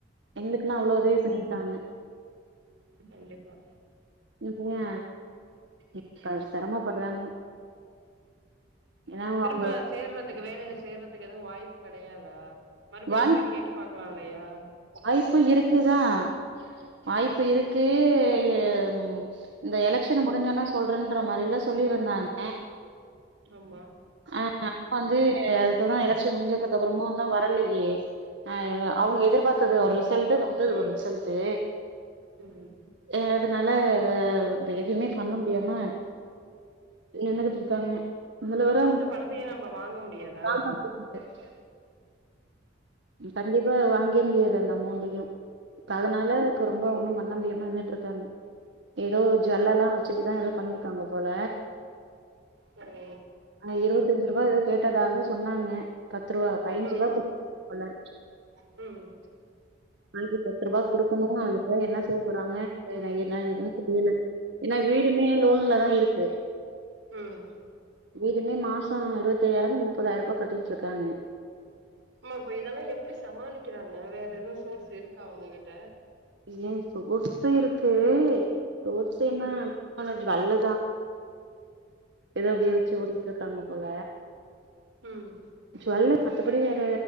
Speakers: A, on the right (about 70°); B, on the right (about 85°).
A: எங்களுக்குல்லாம் அவ்ளோ உதவி பண்ணியிருக்காங்க
B: கண்டிப்பா
A: இன்னா இப்ப சிரமப்படுறாங்க ஏன்னா
B: திரும்ப
A: அவங்க
B: சேர்ற எனக்கு வேலையில சேர்றதுக்கு எதுவும் வாய்ப்பு கிடையாதா மறுபடியும்
A: வாய்
B: போய் கேட்டு பாக்கலாம் இல்லையா
A: வாய்ப்பு இருக்குதான் வாய்ப்பு இருக்கு எ ம் இந்த எலெக்ஷன் முடிஞ்சோன்னா சொல்றேன்ற மாதிரில்லாம் சொல்லிருந்தாங்க
B: ஆமா
A: ஆ ஆ வந்து அதுக்கப்புறம் எலக்சன் முடிஞ்சதுக்கு அப்புறமும்ந்தான் வரலையே அ அவுங்க எதிர்பார்த்தது ஒரு ரிசல்ட்டு வந்தது ஒரு ரிசல்ட்டு
B: ம்
A: ஆ அதனால இப்ப எதுமே பண்ண முடியாம நின்னுகிட்டு இருக்காங்க இதுலவேற
B: இப்ப குடுத்த பணத்தையு நம்ம வாங்க முடியாதா
A: <unintelligible> கண்டிப்பா வாங்கவே முடியாது அந்த அமௌண்டையூ இப்ப அதனால இப்ப ரொம்ப ஒண்ணும் பண்ண முடியாம நின்னுட்டுருக்காங்க ஏதோ ஜுவல்லலாம் வச்சுட்டுத்தா ஏதோ பண்ணிருக்காங்க போல
B: சேரி
A: ஆ இருபத்தஞ்சு ருபா ஏதோ கேட்டதாக சொன்னாங்க பத்து ரூபா பைஞ்சு
B: ம்
A: ரூபா கு ஒல்ல
B: ம்
A: நாளிக்கி பத்து ரூபாய் குடுக்கணு அதுதா என்ன செய்ய போறாங்க என்ன ஏதுனு தெரில ஏன்னா வீடுமே லோன்லதா இருக்கு
B: ம்
A: வீடுமே மாஷோ அருபத்தாயிரமோ முப்பதாயிரமோ கட்டிட்டு இருக்காங்க
B: ஆமா இப்ப இதெல்லா எப்பட சமாளிக்கிறாங்க வேற எது சோர்ஸ் இருக்கா அவங்க கிட்ட
A: ஏன் சோர்சு இருக்கு சோர்ஸின்னா
B: ம்
A: அந்த ஜூவல்லுதா ஏதோ அப்டியே வெச்சு ஓட்டிட்டுருக்காங்க போல
B: ம்
A: ஜுவல்லூ மத்தபடி வேற